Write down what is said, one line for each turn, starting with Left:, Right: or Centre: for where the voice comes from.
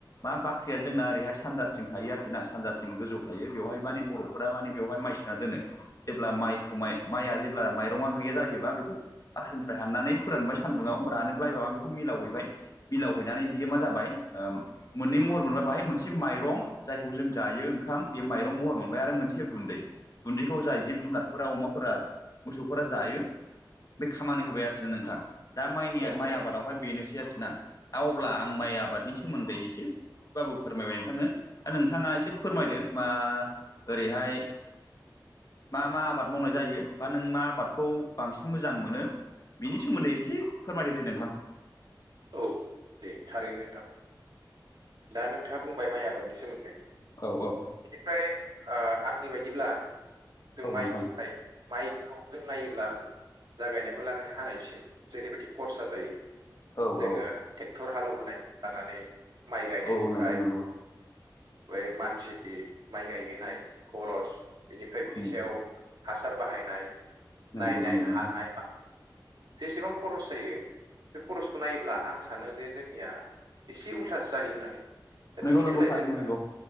Left: मा बाख रिया जोंना ओरैहाय सानजाथिं थायो आरोखि ना सानजाथिं गोजौ थायो बेवहाय माने बर'फोरा माने बेवहाय माइ सोना दोनो जेब्ला माइखौ माइ माइआ जेब्ला माइरङा गैया जायोबा बेखौ बाख्रिनिफ्राय हाननानै फोरानबाय सान्दुंङाव रानोब्ला माबा बेखौ मिलाव हैबाय मिलाव हैनानै बियो मा जाबाय ओ मोननै महर मोनबाय बाहाय मोनसे माइरं जायखौ जों जायो ओंखाम बे माइरं महर मोनबाय आरो मोनसे गुनदै गुनदैखौ जाय जिब-जुनारफोरा अमाफोरा, मोसौफोरा जायो बे खामानि होबाय आरोखि ना नोंथां दा माइनि
Right: औ
Left: माइ
Right: औ
Left: आबादावहाय बेनोसै आरोखि ना दा अब्ला आं माइ आबादनि सोमोनदै इसे बाबु फोरमायबाय नोंथांनो नोंथाङा एसे फोरमायदो मा ओरैहाय मा मा आबाद मावनाय जायो बा नों मा आबादखौ बांसिन मोजां मोनो बिनि सोमोनदै इसे फोरमायदो दे नोंथां
Right: औ दे थारैनो नोंथां दा नोंथाङा बुंबाय माइ आबादनि सोमोनदै
Left: औ औ
Right: बिनिफ्राय ओ आंनि बायदिब्ला जों
Left: औ
Right: माइनिफ्राय
Left: नोंथां
Right: माइखौ जों नायोब्ला जागायनायनिफाय लानानै हानायसिम जेरैबायदि खरसा जायो
Left: औ
Right: जोङो
Left: औ
Right: ट्रेक्टर हालेवहोनाय लानानै माइ गायनायनिफ्राय
Left: औ नंगौ नंगौ
Right: बै मानसि माइ गायहोनाय खर'स बेनिफ्राय बिनि
Left: उम
Right: सायाव हासार बाहायनाय
Left: नंगौ
Right: नायनाय
Left: नंगौ नोंथां
Right: हानाय बा जेसेबां खर'स जायो बे खर'सखौ नायोब्ला आं सानो जे जोंनिया इसे उल्था जायो होननानै दा
Left: नंगौ
Right: बिनि
Left: नंगौ
Right: सोलाय
Left: थारैनो
Right: जोङो
Left: नंगौ